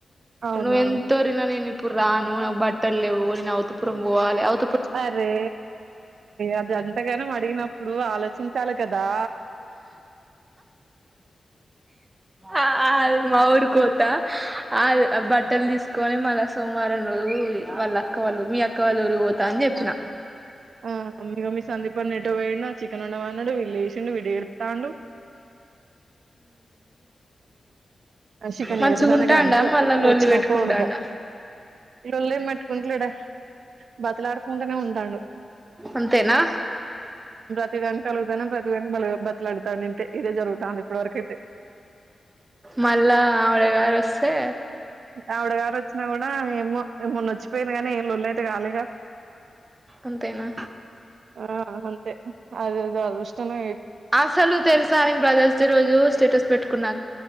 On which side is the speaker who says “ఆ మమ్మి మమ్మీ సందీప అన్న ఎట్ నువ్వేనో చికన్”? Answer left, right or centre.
Right